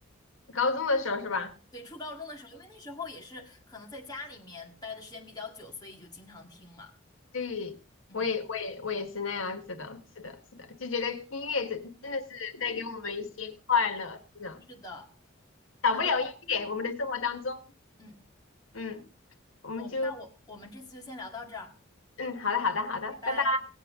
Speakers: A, on the left; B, on the left.
A: 高中的时候是吧？
B: 对，初高中的时候，因为那时候也是可能在家里面待的时间比较久，所以就经常听嘛。
A: 对，
B: 嗯，
A: 我也我也我也是那样子的，是的，是的，就觉得音乐真真的是带给我们一些快乐，是的，
B: 是的。
A: 少不了音乐，
B: 那我，
A: 我们的生活当中，
B: 嗯，
A: 嗯，我们就
B: 我那我我们这次就先聊到这儿，
A: 嗯，好的，好的，好的，
B: 拜拜。
A: 拜拜。